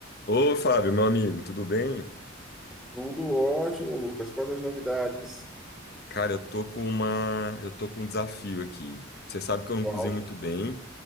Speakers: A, on the left (about 55°); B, in the centre.
A: Ô, Fábio, meu amigo, tudo bem?
B: Tudo ótimo, Lucas. Quais as novidades?
A: Cara, eu tô com uma, eu tô com um desafio aqui. Você sabe que eu não
B: Qual?
A: cozinho muito bem